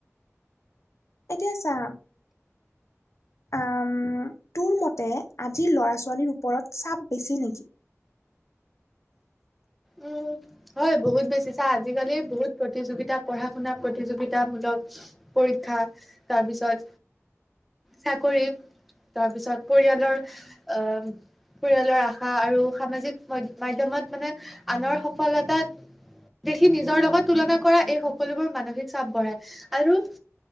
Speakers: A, on the left; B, in the centre.
A: এতিয়া চা আম, তোৰ মতে আজিৰ ল'ৰা-ছোৱালীৰ ওপৰত চাপ বেছি নেকি?
B: উম। হয়, বহুত বেছি। চা আজিকালি বহুত প্ৰতিযোগিতা, পঢ়া-শুনা প্ৰতিযোগিতামূলক পৰীক্ষা, তাৰপিছত চাকৰি, তাৰপিছত পৰিয়ালৰ আ, পৰিয়ালৰ আশা আৰু সামাজিক মইদ মাধ্যমত মানে আনৰ সফলতাত দেখি নিজৰ লগত তুলনা কৰা এই সকলোবোৰ মানসিক চাপ বঢ়ায়। আৰু